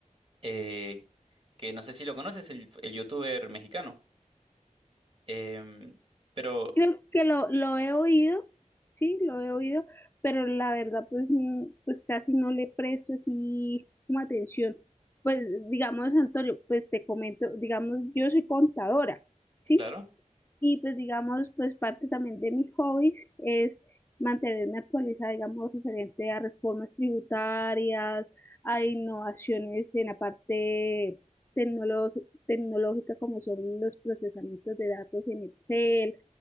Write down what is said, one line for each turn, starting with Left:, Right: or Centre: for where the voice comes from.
Right: eh, que no sé si lo conoces, el, el youtuber mexicano. Em, pero,
Left: Creo que lo, lo he oído, sí, lo he oído, pero la verdad, pues, mm, pues casi no le presto así como atención. Pues, digamos, Antonio, pues te comento, digamos, yo soy contadora, ¿sí?
Right: claro.
Left: Y pues digamos, pues parte también de mis hobbies es mantenerme actualizada, digamos, referente a reformas tributarias, a innovaciones en la parte tecnolo- tecnológica, como son los procesamientos de datos en Excel,